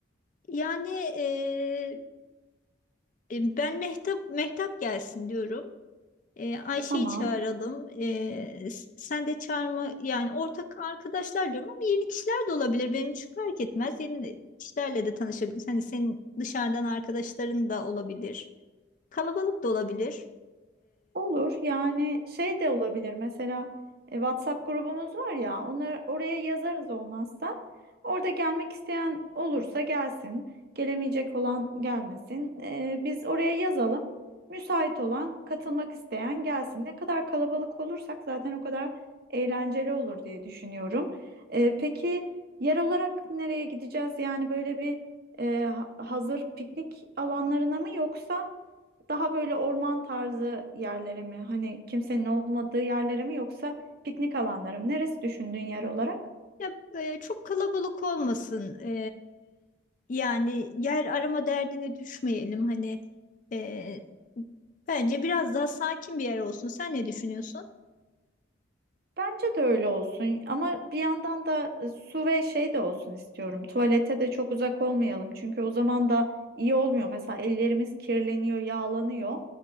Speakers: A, on the left; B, on the right.
A: Yani eee, e, ben Mehtap Mehtap gelsin diyorum. Eee, Ayşe'yi
B: Tamam.
A: çağıralım. Eee, s- sen de çağırma yani ortak arkadaşlar diyorum ama yeni kişiler de olabilir. Benim için fark etmez. Yeni de- kişilerle de tanışabiliriz. Hani senin dışarıdan arkadaşların da olabilir. Kalabalık da olabilir.
B: Olur yani şey de olabilir mesela e, WhatsApp grubumuz var ya onları oraya yazarız olmazsa orada gelmek isteyen olursa gelsin gelemeyecek olan gelmesin E, biz oraya yazalım müsait olan katılmak isteyen gelsin ne kadar kalabalık olursak zaten o kadar eğlenceli olur diye düşünüyorum. E, peki yer olarak nereye gideceğiz yani böyle bir e, ha- hazır piknik alanlarına mı yoksa? Daha böyle orman tarzı yerlere mi? Hani kimsenin olmadığı yerlere mi yoksa piknik alanları mı? Neresi düşündüğün yer olarak?
A: Ya e, çok kalabalık olmasın. E, yani yer arama derdine düşmeyelim. Hani e, bence biraz daha sakin bir yer olsun. Sen ne düşünüyorsun?
B: Bence de öyle olsun ama bir yandan da e, su ve şey de olsun istiyorum. Tuvalete de çok uzak olmayalım çünkü o zaman da iyi olmuyor. Mesela ellerimiz kirleniyor, yağlanıyor.